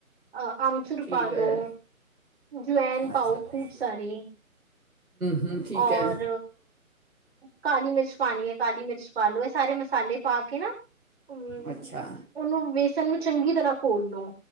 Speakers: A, on the right (about 45°); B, on the right (about 90°).
A: ਅ ਆਮਚੁਰ
B: ਠੀਕ
A: ਪਾ ਲੋ
B: ਹੈ
A: ਜਵੈਨ
B: ਅੱਛਾ
A: ਪਾਓ
B: ਹੂੰ
A: ਖੂਬ ਸਾਰੇ <inaudible>
B: ਹੂੰ ਠੀਕ
A: ਔਰ
B: ਹੈ
A: ਕਾਲੀ ਮਿਰਚ ਪਾਣੀ ਹੈ ਕਾਲੀ ਮਿਰਚ ਛ ਪਾ ਲੋ ਇਹ ਸਾਰੇ ਮਸਾਲੇ ਪਾ ਕੇ ਨਾ ਹਮ
B: ਅੱਛਾ
A: ਉਹਨੂੰ ਬੇਸਨ ਨੂੰ ਚੰਗੀ ਤਰ੍ਹਾਂ ਘੋਲ ਲਓ